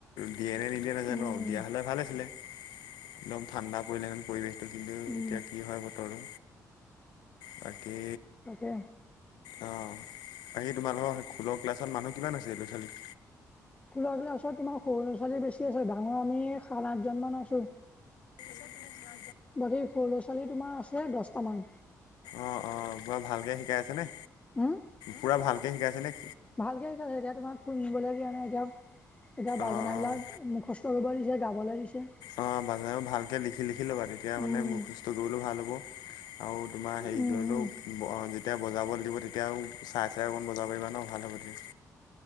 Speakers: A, on the left (about 85°); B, on the left (about 20°).
A: দিয়ে নে নিদিয়ে নাজানো,
B: উম
A: দিয়া হ'লে ভাল আছিলে। একদম ঠাণ্ডা পৰিলে মানে পৰিৱেশটো কিন্তু
B: উম
A: এতিয়া কি হয় বতৰো? বাকী
B: তাকে
A: অঁ, বাকী তোমালোকৰ খোলৰ ক্লাছত মানুহ কিমান হৈছে এই ল'ৰা ছোৱালী
B: খোল ক্লাছত তোমাৰ সৰু ল'ৰা ছোৱালী বেছি আছে, ডাঙৰ আমি সাত আঠজনমান আছোঁ।
A: <inaudible>
B: বাকী সৰু ল'ৰা ছোৱালী তোমাৰ আছে দশটামান।
A: অঁ অঁ পুৰা ভালকে শিকাই আছে নে,
B: হম
A: পুৰা ভালকে শিকাইছে নে।
B: ভালকে শিকাইছে, এতিয়া তোমাক খোল নিবলৈ দিয়া নাই হেতক, এতিয়া বাজনাবিলাক
A: অঁ অঁ
B: মুখস্থ কৰিব দিছে, গাবলৈ দিছে।
A: অঁ বাজানা বোৰ ভালকে লিখি লিখি ল'বা তেতিয়া
B: উম
A: মানে মোখস্থ কৰিবলৈ ভাল হ'ব। আৰু তোমাৰ হেৰি
B: উম
A: কৰিলেও
B: উম
A: যেতিয়া বজাবলে দিব তেতিয়াও চাই চাই অকণ বজাব পাৰিবা ন ভাল হ'ব তেতিয়া।